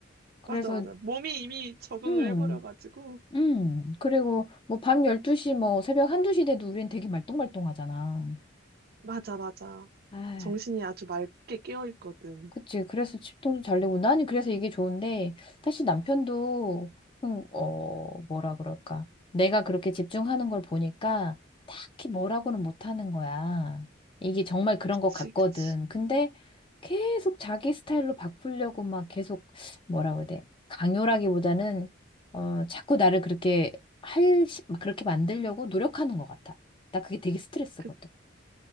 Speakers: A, on the left (about 25°); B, on the right (about 50°).
A: 그래서
B: 맞아, 맞아. 몸이 이미 적응을
A: 음.
B: 해버려가지고.
A: 음. 그리고 뭐 밤 12시 뭐 새벽 1, 2시 돼도 우린 되게 말똥말똥하잖아.
B: 맞아, 맞아.
A: 아휴.
B: 정신이 아주 맑게 깨어있거든.
A: 그치. 그래서 집통도 잘 내고 나는 그래서 이게 좋은데 사실 남편도 음, 어 뭐라 그럴까 내가 그렇게 집중하는 걸 보니까 딱히 뭐라고는 못하는 거야. 이게 정말 그런
B: 그치,
A: 것 같거든.
B: 그치.
A: 근데 계속 자기 스타일로 바꾸려고 막 계속 뭐라 그래야 돼 강요라기보다는 어 자꾸 나를 그렇게 할 시- 막 그렇게 만들려고 노력하는 것 같아. 나 그게 되게 스트레스거든.
B: 그,